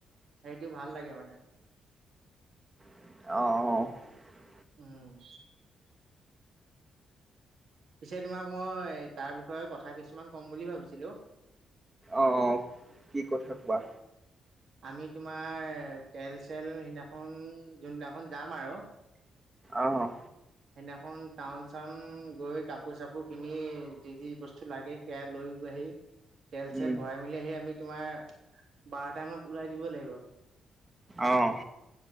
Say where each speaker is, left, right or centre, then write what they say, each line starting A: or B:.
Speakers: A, on the right; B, on the right.
A: সেইটো ভাল লাগে মানে
B: আঁহ আহঁ
A: উম পিছে তোমাক মই তাৰ বিষয়ে কথা কিছুমান কম বুলি ভাবিছিলো
B: অঁ অঁ কি কথা কোৱা
A: আমি তোমাৰ তেল চেল সিদিনাখন যোনদিনা খন যাম আৰু
B: অ',
A: সেইদিনাখন টাউন চাউন গৈ কাপোৰ চাপোৰ কিনি যি যি বস্তু লাগে সেয়া লৈ আহি তেল চেল
B: উম,
A: ভৰাই মেলি আহি আমি তোমাৰ বাৰটা মানত ওলাই দিব লাগিব।
B: অ',